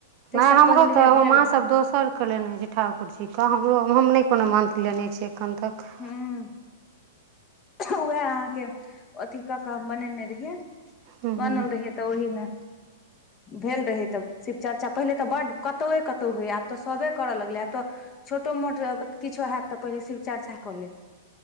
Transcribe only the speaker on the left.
ताहिसँ
पहिलेहे
भेल
रहै
ह उएह अहाँके अथी कऽ केऽ हम बनेने रहियै
बनल रहियै तऽ ओहिमे भेल रहै तब शिव चर्चा पहिले तऽ बड कतौए कतौ होइ आब तऽ सबे करय लगलै आब तऽ छोटो मोट किछो हयत तऽ पहिले शिव चर्चा कऽ लेत